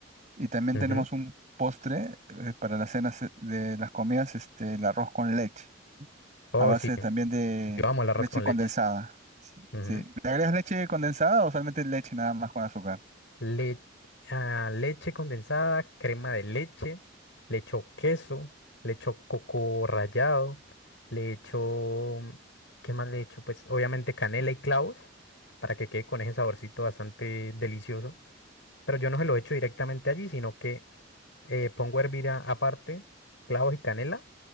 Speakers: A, on the right; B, on the left.
A: Y también
B: ujú.
A: tenemos un postre eh, para las cenas eh, de las comidas, este, el arroz con leche.
B: Oh,
A: A base
B: sí.
A: también de
B: Yo amo el arroz
A: leche
B: con
A: condensada.
B: leche.
A: Sí.
B: Ujú.
A: sí. ¿Le agregas leche condensada o solamente leche nada más con azúcar?
B: le- ah, leche condensada, crema de leche, le echo queso, le echo coco rallado, le echo, ¿qué más le echo? Pues obviamente canela y clavos para que quede con ese saborcito bastante delicioso, pero yo no se lo echo directamente allí, sino que eh, pongo a hervir a- aparte clavos y canela